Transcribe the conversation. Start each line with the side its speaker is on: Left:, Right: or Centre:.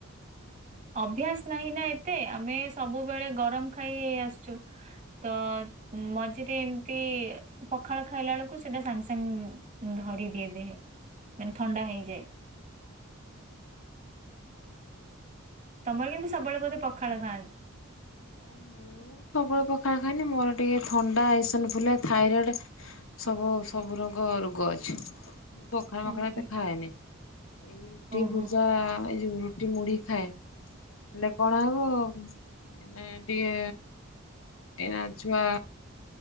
Right: ଅଭ୍ୟାସ ନାହିଁ ନା ଏତେ ଆମେ ସବୁବେଳେ ଗରମ ଖାଇ ଆସୁଛୁ। ତ ମଝିରେ ଏମିତି ପଖାଳ ଖାଇଲା ବେଳକୁ ସେଇଟା ସାଙ୍ଗ ସାଙ୍ଗ ଧରି ଦିହେବେ ମାନେ ଥଣ୍ଡା ହେଇଯାଏ।
Left: ହଁ।
Right: ତମର କିନ୍ତୁ ସବୁବେଳେ ବୋଧେ ପଖାଳ ଖାଆ।
Left: ନା ମୁଁ ପ୍ରବଳ ପଖାଳ ଖାଇନି ମୋର ଟିକେ ଥଣ୍ଡା ଏସନ ଫୁଲିଆ ଥାଇରଡ଼ ସବୁ ସବୁ ରଙ୍ଗ ରୋଗ ଅଛି। ମୁଁ ପଖାଳ ମଖଡ
Right: ଓହୋ
Left: ଏତେ ଖାଏନି ଏଇ ରୁଟି
Right: ହଁ
Left: ପୂଜା
Right: ହୁଁ
Left: ଏଇ ଯୋଉ। ଜଉ ମୁଢ଼ି ଖାଏ ହେଲେ କଣ ହବ? ଏଇନେ ଟିକେ ଏଇନା ଛୁଆ